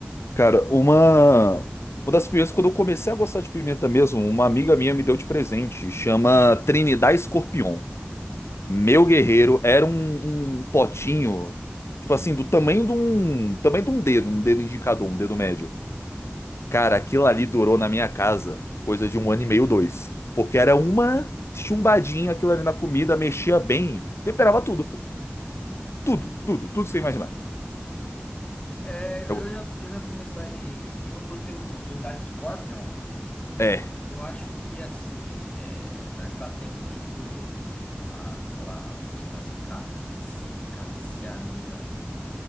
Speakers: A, on the left (about 85°); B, on the left (about 25°).
A: Cara, uma. Uma das pimentas, quando eu comecei a gostar de pimenta mesmo, uma amiga minha me deu de presente. Chama Trinidad Escorpião. Meu guerreiro era um, um potinho, tipo assim, do tamanho de um, tamanho de um dedo, um dedo indicador, um dedo médio. Cara, aquilo ali durou na minha casa coisa de um ano e meio, dois. Porque era uma chumbadinha aquilo ali na comida, mexia bem, temperava tudo, pô. Tudo, tudo, tudo sem imaginar.
B: É,
A: Eu-
B: eu já, eu já comecei daí, eu não gostei muito não, Trindade Scorpion.
A: é.
B: Eu acho que assim, é, parece que ela tem muito ah, aquela substância caps, capsaicina